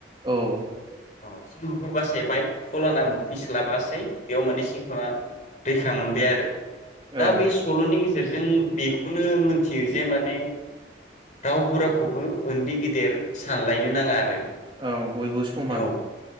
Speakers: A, on the right (about 25°); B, on the left (about 40°).
A: औ
B: अ सिंहखौ बासाबाय फलाना मोनफैस्लाबासै। बेयाव माने सिंहवा दैखा मोनबाय आरो
A: औ
B: दा बेै सल'नि गेजेरजों बेखौनो मोनथियो जे माने रावबो रावखौबो उन्दै गेदेर सानलायनो नाङा आरो।
A: औ बयबो समान
B: औ